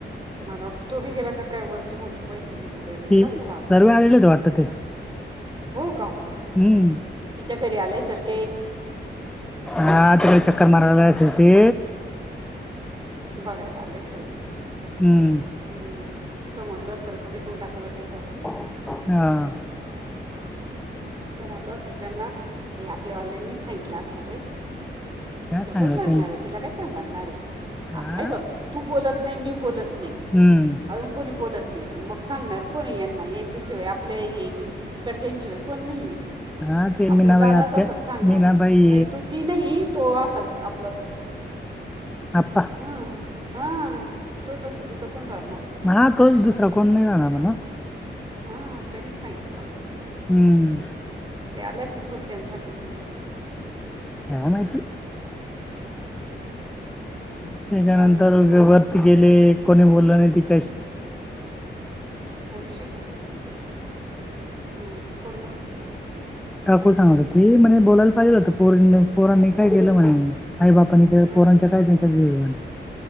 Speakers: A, on the right (about 25°); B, in the centre.
A: मला वाट तो बी गेला का काय वरती म्हटलं पैसे बिसे दला
B: ती
A: गेला सला
B: सर्व आलेलेच वाटतं ते
A: हो का
B: हम्म
A: तिच्या घरी आले असेल तर
B: हत्र चक्कर मारयलाचती
A: बघायला आलेसल
B: हम्म
A: हं, समजलं असेल क विकून टाकलं ते घर.
B: हां.
A: <inaudible> <inaudible> समजलं असेल त्यांना हे आपल्या वाल्यांनीच सांगितलं असेल रे?
B: काय
A: दुसरं
B: सांगत
A: कोण सांगणार आहे तिला... काय समजणार आहे?
B: हा
A: हे बघ तू बोलत नाही मी बोलत नाही.
B: हं..
A: अजून कोणी बोलत नाही मग सांगणार कोणी यांना यांच्याशिवाय आपल्या इकडच्यां शिवाय.. कोणी नाही आहे
B: हा ते
A: आपला
B: मीनाबाई
A: दादाच
B: आत्या
A: असेल सांगणारा.
B: मीनाबाई
A: नाही तो ती नाही.. तो असेल आपलं..
B: आप्पा
A: हं, हं तोच असेल दुसरं कोण राहणार आहे?
B: हा तोच दुसरा कोण नाही राहणार म्हणा.
A: हं, त्यानीच सांगितलं असन.
B: हं
A: ते आले असेल सुट्ट ्यांसाठी तिथे
B: काय माहिती त्याच्यानंतर
A: काय म्हणतो अजून
B: वरती गेले कोणी बोललं नाही तिच्या
A: पशिक हां, कोण म्हणे?
B: काकू सांगत होती, म्हणे बोलायला पाहिजल होतं पोरीनीं- पोरांनी काय केलं म्हणे? काही बापांनी केलं
A: बरं
B: पोरांच्या
A: बरं
B: काय त्यांच्या हे म्हणे..